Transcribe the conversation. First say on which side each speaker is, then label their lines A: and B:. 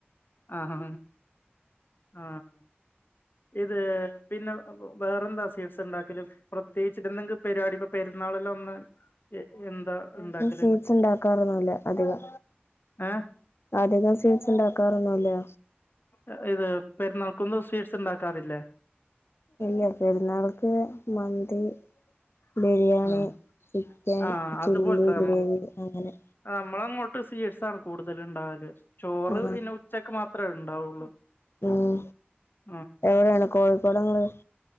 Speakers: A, on the left; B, on the left.
A: ആഹാ ആഹ്. ഇത് പിന്നെ വേറെന്താ സ്വീറ്റ്സ്ണ്ടാക്കല്. പ്രത്യേകിച്ചിരുന്നങ്കിൽ പരിവാടി പ്പൊ പെരുന്നാളെല്ലൊ ഒന്ന്. എ എന്താ.
B: <unintelligible>
A: ഉണ്ടാക്കല്
B: സ്വീറ്റ്സ്ണ്ടാക്കാറൊന്നുല്ല അധികം.
A: ഏഹ്
B: അധികം സ്വീറ്റ്സ്ണ്ടാക്കാറൊന്നുല്ല.
A: അ ഇത് പെരുന്നാൾക്കൊന്നു സ്വീറ്റ്സ്ണ്ടാക്കാറില്ലേ.
B: ഇല്ല പെരുന്നാൾക്ക് മന്തി. ബിരിയാണി
A: ആഹ്
B: ചിക്കൻ
A: ആഹ്
B: ചില്ലി
A: അതുപോലത്തെ
B: ഗ്രേവി അങ്ങനെ.
A: ആഹ് മ്മളങ്ങോട്ട് സ്വീറ്റ്സാണ് കൂടുതൽ ണ്ടാവല് ചോറ്
B: ആഹ്
A: പിന്നെ ഉച്ചക്ക് മാത്രേ ഉണ്ടാവുള്ളൂ.
B: ഉം
A: ആഹ്
B: എവിടെണ് കോഴിക്കോടങ്ങള്.